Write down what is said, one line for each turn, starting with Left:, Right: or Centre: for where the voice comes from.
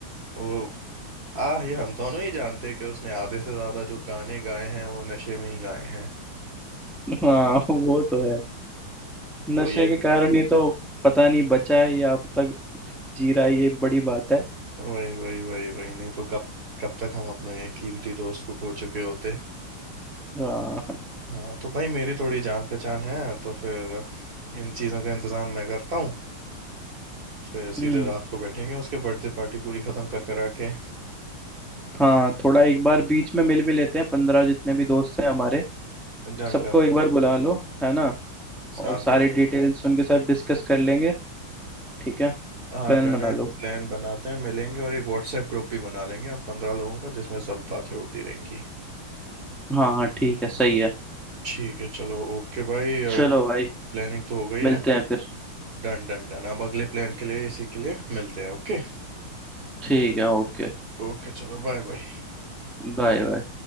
Right: वो आ ये हम दोनों ही जानते हैं कि उसने आधे से ज्यादा जो गाने गाए हैं वो नशे में ही गाए हैं
Centre: हाँ वो तो है नशे
Right: तो ये
Centre: के कारण ही तो पता नहीं बचा है या अब तक जी रहा है ये बड़ी बात है
Right: वही वही वही वही नहीं तो कब कब तक हम अपने कीमती दोस्त को खो चुके होते
Centre: हाँ
Right: हाँ तो भाई मेरी थोड़ी जान पहचान है तो फिर इन चीज़ों का इंतजाम मैं करता हूँ फिर सीधे
Centre: हम्म
Right: रात को बैठेंगे उसके बर्थडे पार्टी पूरी खत्म कर करा के
Centre: हाँ थोड़ा एक बार बीच में मिल भी लेते हैं पंद्रह जितने भी दोस्त हैं हमारे
Right: डन
Centre: सबको
Right: डन
Centre: एक
Right: भाई
Centre: बार बुला लो है ना
Right: साथ
Centre: और सारी
Right: में बैठ
Centre: डिटेल्स उनके साथ डिस्कस कर लेंगे ठीक है
Right: हाँ
Centre: प्लान
Right: डन
Centre: बना
Right: है
Centre: लो
Right: प्लान बनाते हैं मिलेंगे और एक व्हाट्सएप ग्रुप भी बना लेंगे हम पंद्रह लोगों का जिसमें सब बातें होती रहेंगी
Centre: हाँ हाँ ठीक है सही है
Right: ठीक है चलो ओके भाई
Centre: चलो भाई
Right: प्लानिंग तो हो गई है
Centre: मिलते हैं फिर
Right: डन डन डन अब अगले प्लान के लिए इसी के लिए मिलते हैं ओके
Centre: ठीक है ओके
Right: ओके चलो बाय बाय
Centre: Bye bye